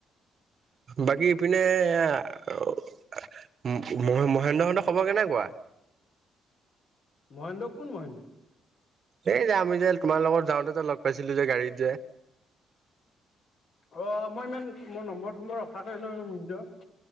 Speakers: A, on the right; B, on the left.
A: বাকীপিনে মই সন্দ হঁতৰ খবৰ কেনেকুৱা?
B: মহেন্দ্ৰ কোন মহেন্দ্ৰ?
A: এই যে আমি যে তোমাৰ লগত যাওঁতে যে লগ পাইছিলো যে গাড়ীত যে।
B: অ মই ইমান মোৰ নম্বৰ চম্বৰ ৰখা নাই নহয়।